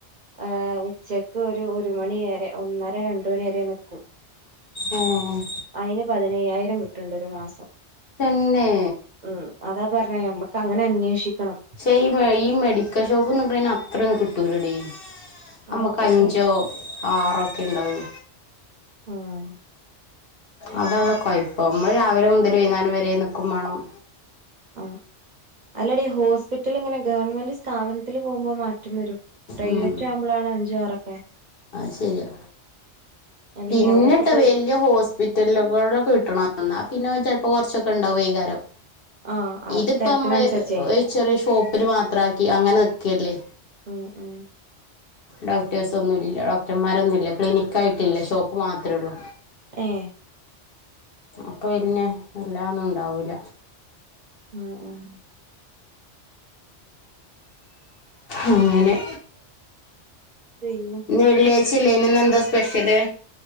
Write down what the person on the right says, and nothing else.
ആഹ് ഉച്ചക്ക് ഒരു ഒരു മണി വരെ. ഒന്നര രണ്ട് മണി വരെ നിക്കും.
അതിന് പതിനയ്യായിരം കിട്ടണുണ്ട് ഒരു മാസം
ഉം അതാ പറഞ്ഞേ നമ്മക്ക് അങ്ങനെ അന്വേഷിക്കണം
അത് കിട്ടൂല
ആഹ്
ആഹ് അല്ലടി ഹോസ്പിറ്റൽ ഇങ്ങനെ ഗവൺമെന്റ് സ്ഥാപനത്തിൽ പോകുമ്പോ മാറ്റം വരും പ്രൈവറ്റ്
ആവുമ്പോഴാണ് അഞ്ചു ആറോക്കെ
അല്ലേ
അവിടൊക്കെ
പോയി
ആഹ് അത്
തിരക്കിനനുസരിച്ചേ
ഉം ഉം
ഏഹ്
ഉ ഉം
പിന്നെ